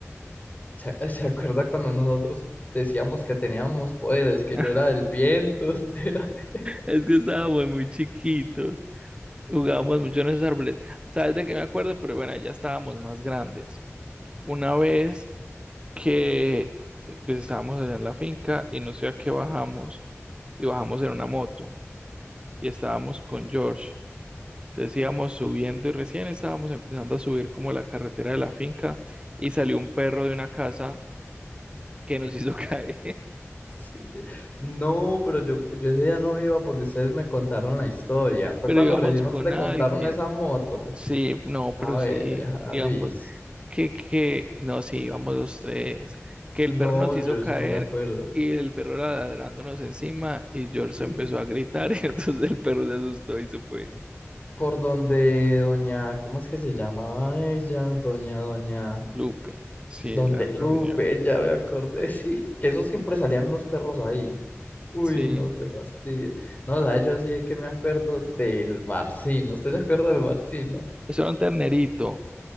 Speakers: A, on the left; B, on the right.
A: ¿Se, se acuerda cuando nosotros decíamos que teníamos poderes, que
B: <laughs>
A: yo era del viento, <laughs> usted era de-
B: es que estábamos muy chiquitos, jugábamos mucho en esos árboles, ¿sabes de qué me acuerdo? Pero bueno, ya estábamos más grandes, una vez que pues estábamos allá en la finca y no sé a qué bajamos, y bajamos en una moto y estábamos con George. Entonces íbamos subiendo y recién estábamos empezando a subir como la carretera de la finca y salió un perro de una casa que nos hizo <laughs> caer,
A: Sí. No, pero yo, yo ese día no iba porque ustedes me contaron la historia. Fue
B: pero
A: cuando
B: íbamos
A: recién
B: con
A: a usted le
B: alguien.
A: compraron esa moto.
B: Sí, no,
A: A
B: pero
A: ver,
B: sí,
A: Javis.
B: íbamos, que, que, no, sí, íbamos los tres, que
A: No,
B: el perro nos hizo
A: yo
B: caer.
A: eso no me acuerdo.
B: Y el perro era ladrándonos encima y George se
A: Mm.
B: empezó a gritar <laughs> y entonces el perro se asustó y se fue.
A: Por donde doña, ¿cómo es que se llamaba ella? Doña, doña,
B: Lupe, sí,
A: donde
B: la,
A: Lupe,
B: la señora.
A: ya me acordé, <laughs> sí. Que eso siempre salían unos perros ahí. Uy,
B: Sí,
A: no, qué fastidio. No, ¿sabes? Yo así es que me acuerdo del Barcino. ¿Usted se acuerda del Barcino?
B: Eso era un ternerito.